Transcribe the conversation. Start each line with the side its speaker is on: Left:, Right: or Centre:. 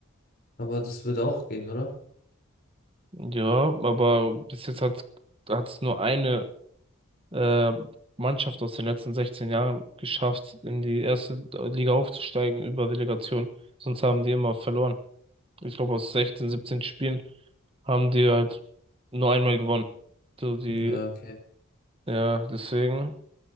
Left: Aber das wird auch gehen, oder?
Right: Ja, aber bis jetzt hat hat's nur eine äh, Mannschaft aus den letzten 16 Jahren geschafft, in die erste Liga aufzusteigen über Relegation. Sonst haben die immer verloren. Ich glaube, aus 16, 17 Spielen haben die halt nur einmal gewonnen. So die,
Left: Ja, okay.
Right: ja, deswegen.